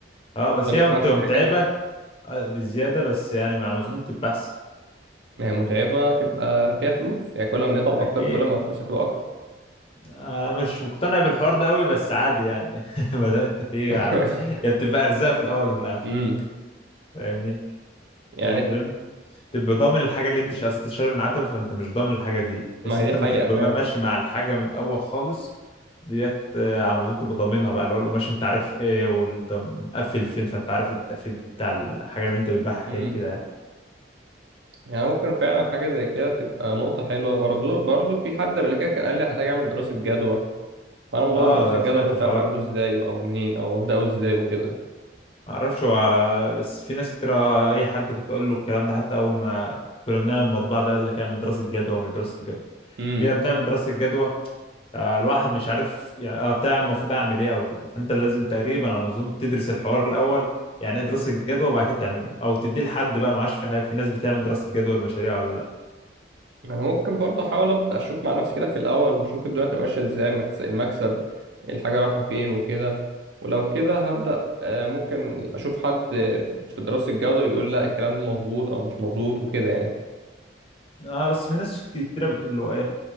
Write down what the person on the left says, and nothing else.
اه بس
هي
بتبقى
متعبة
آه، بزيادة بس يعني على ما أظن تبقى أحسن
أكيد
آه مش مقتنع بالحوار ده أوي بس عادي يعني <laughs> ما دام أنت فيه
عادي يعني بتبقى أرزاق في الأول وفي الآخر
فاهمني؟
ده عشان تبقى ضامن الحاجة اللي أنت مش عايز تشتري من العتبة فأنت مش ضامن الحاجة دي بس
أنت
ما تبقى
بقى ماشي مع الحاجة من الأول خالص ديت آه، على ما أظن تبقى ضامنها بقى اللي هو القماش أنت عارف إيه وأنت مقفل فين فأنت عارف التقفيل بتاع الحاجة اللي أنت بتبيعها
إيه كده يعني.
اه
سمعت
الحوار
معرفش هو بس في ناس كتير آه، اي حد كنت اقول له الكلام ده حتى اول ما كنا بنعمل المطبعه ده يقول لك اعمل دراسه جدوى مش دراسه جدوى
جينا بنعمل دراسه جدوى آه، الواحد مش عارف يعني آه، تعمل المفروض اعمل ايه او كده فانت لازم تقريبا على ما اظن تدرس الحوار الاول يعني ايه دراسه جدوى وبعد كده تعمله او تديه لحد بقى ما عادش في حاجه في ناس بتعمل دراسه جدوى المشاريع ولا لا
اه بس في ناس ك- كتيره بتقول له ايه